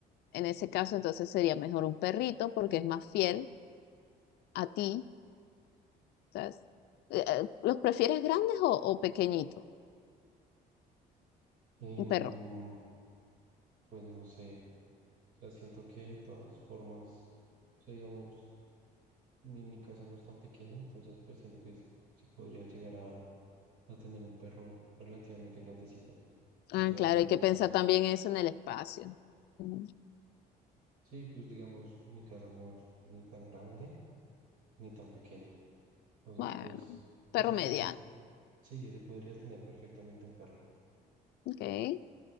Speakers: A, on the left; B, on the right.
A: En ese caso, entonces sería mejor un perrito porque es más fiel a ti, ¿sabes? Eh, eh, ¿Los prefieres grandes o, o pequeñitos?
B: y
A: Un
B: mm,
A: perro.
B: pues no sé, o sea, siento que de todas formas, o sea, digamos, ni mi casa no es tan pequeña, entonces pues siento que se podría llegar a, a tener un perro relativamente grandecito.
A: Ah,
B: O sea,
A: claro,
B: digamos,
A: hay que pensar también eso en el espacio. Mm,
B: sí, pues digamos, mi casa no es ni tan grande ni tan pequeña. Entonces,
A: Bueno,
B: pues, o
A: perro
B: sea,
A: mediano,
B: se, se- sí, se podría tener perfectamente un perro.
A: ok.